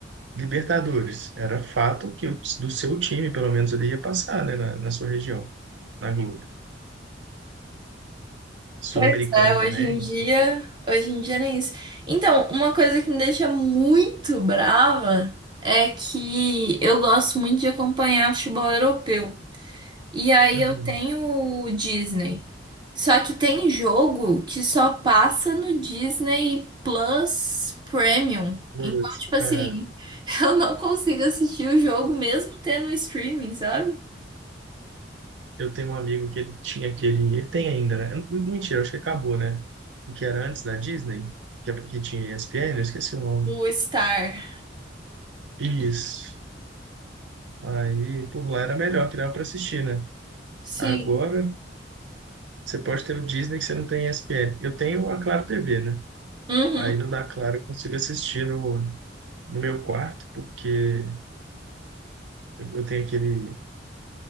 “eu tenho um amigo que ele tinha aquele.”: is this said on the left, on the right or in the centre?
Right